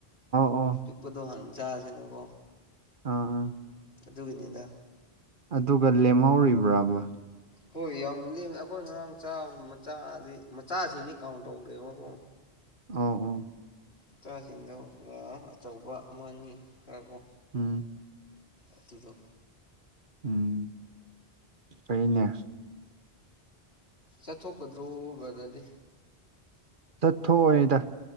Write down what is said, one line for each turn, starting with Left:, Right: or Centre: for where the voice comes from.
Right: ꯑꯧ ꯑꯥ
Left: ꯄꯤꯛꯄꯨꯗꯣ ꯍꯥꯟ ꯆꯥꯁꯤꯅ ꯀꯣ
Right: ꯑꯥ
Left: ꯑꯗꯨꯒꯤꯅꯤꯗ
Right: ꯑꯗꯨꯒ ꯂꯦꯝꯍꯧꯔꯤꯕ꯭ꯔꯕ
Left: ꯍꯣꯏ ꯌꯥꯝ ꯂꯦꯝ ꯑꯩꯈꯣꯏ ꯉꯔꯥꯡ ꯆꯥꯕ ꯃꯆꯥꯗꯤ ꯃꯆꯥꯁꯤꯅꯤ ꯀꯥꯎꯟ ꯇꯧꯗ꯭ꯔꯦꯕꯀꯣ
Right: ꯑ ꯑ
Left: ꯃꯆꯥꯁꯤꯡꯗꯨ ꯑꯆꯧꯕ ꯑꯃꯅꯤ ꯈꯔꯣ
Right: ꯑꯝ
Left: ꯑꯇꯗ
Right: ꯎꯝ ꯀꯅꯦ
Left: ꯆꯠꯊꯣꯛꯀꯗ꯭ꯔꯣꯕꯗꯗꯤ
Right: ꯆꯠꯊꯣꯛꯑꯣꯗ